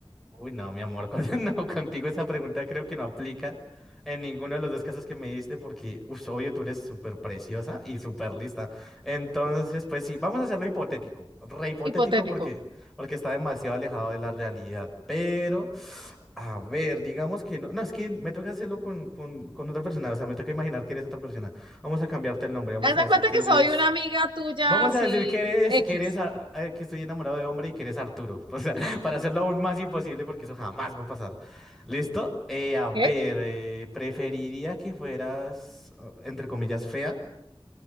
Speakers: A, in the centre; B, on the right (about 60°).
A: Uy, no, mi amor, con- <laughs> no, contigo esa pregunta creo que no aplica en ninguno de los dos casos que me diste porque, uff, obvio, tú eres súper preciosa y súper lista. Entonces, pues sí, vamos a hacerlo hipotético, re hipotético
B: Hipotético.
A: porque, porque está demasiado alejado de la realidad. Pero, a ver, digamos que no, no, es que me toca hacerlo con, con, con otra persona, o sea, me toca imaginar que eres otra persona. Vamos a cambiarte el nombre, vamos
B: Haz de
A: a decir
B: cuenta
A: que
B: que
A: eres...
B: soy una amiga tuya
A: Vamos
B: así,
A: a decir que eres,
B: X,
A: que eres, Ar- eh, que estoy enamorado de hombre y que eres Arturo. O sea, <laughs> para hacerlo aún más imposible porque eso jamás va a pasar. ¿Listo? Eh, a
B: ¿ok?
A: ver, eh, preferiría que fueras, eh, entre comillas, fea.